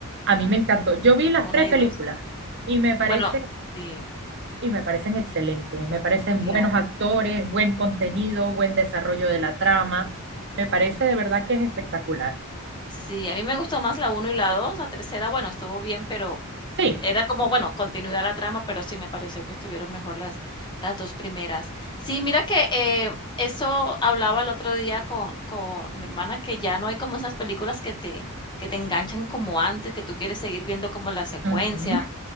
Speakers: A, on the right; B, on the left.
A: A mí me encantó. Yo vi las
B: 1
A: tres
B: y
A: películas
B: 2.
A: y me parece,
B: Bueno. sí,
A: y me parecen excelentes. Me parecen
B: claro.
A: buenos actores, buen contenido, buen desarrollo de la trama. Me parece de verdad que es espectacular.
B: Sí, a mí me gustó más la uno y la 2, la tercera, bueno, estuvo bien, pero
A: Sí,
B: era como, bueno, continuidad la trama, pero sí me pareció que estuvieron mejor las las 2 primeras. Sí, mira que, eh, eso hablaba el otro día con con mi hermana, que ya no hay como esas películas que te que te enganchan como antes, que tú quieres seguir viendo como la secuencia.
A: ujú,